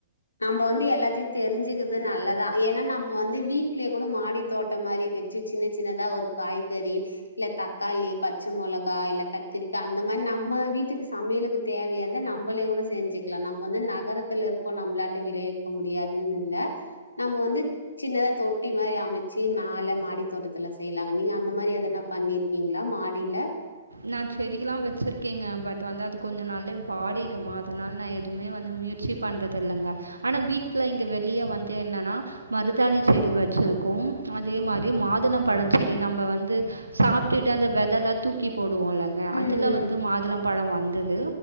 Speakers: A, on the left; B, on the right.
A: நம்ம வந்து எல்லாத்தையு தெரிஞ்சுக்குறது நல்லதா எனா நம்ம வந்து வீட்லேகூட மாடி தோட்டோ மாரி வெச்சு சின்ன சின்னதா ஒரு காய்கறி இல்ல தக்காளி பச்ச மெளகா இல்ல கத்திரிக்கா அந்த மாரி நம்ம வீட்டுக்கு சமையலுக்கு தேவையானத நம்பளே கூட செஞ்சுக்குலா நம்ம வந்து நகரத்துல இருக்கோ நம்மளாட்ட விளைவிக்க முடியாதுன் இல்ல நம்ம வந்து சின்னதா தொட்டி மாரி அமச்சு மேல மாடி தோட்டத்துல செய்யலாங்க நீங்க அந்த மாரி எதனா பண்ணிருக்கீங்களா மாடில
B: நா செடிகல்லா வெச்சுருக்கேங்க பட் வந்து அது கொஞ்ச நாள்லே வாடிடுமா அதுனால நா எதுமே வந்து முயற் சி பண்றது இல்லங்க ஆனா வீட்ல இங்க வெளிய வந்து என்னன்னா மருதாணி செடி வச்சுருக்கோம் அதே மாரி மாதுள பழ செடி நம்ம வந்து சாப்டுட்டு அந்த வெததெல்லா தூக்கி போடுவோ இல்லங்க
A: ம்,
B: அதுல
A: ம்.
B: வந்து மாதுளம் பழ வந்தது